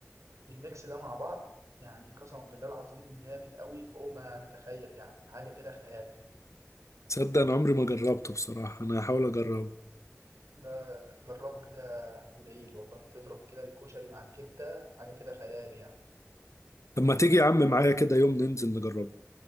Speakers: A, on the right; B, on the left.
A: الميكس ده مع بعض يعني قسما بالله العظيم جامد قوي فوق ما تتخيل يعني حاجه كده خيال
B: تصدق انا عمري ما جربته بصراحه انا هحاول اجربه
A: ده جربه كده تدعيلي والله تضرب كده الكشري مع الكبده حاجه كده خيال يعني
B: طب ما تيجي يا عم معايا كده يوم ننزل نجربه